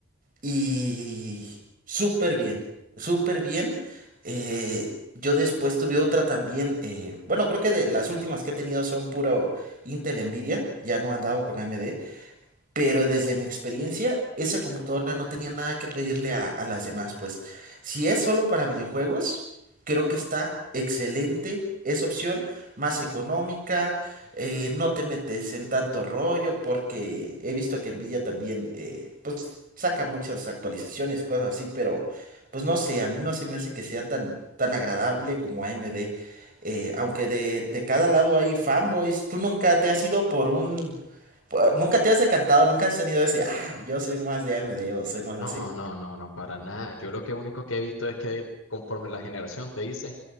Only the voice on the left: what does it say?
No,
no, no, no, para nada. Yo lo que único que he visto es que conforme la generación te dicen,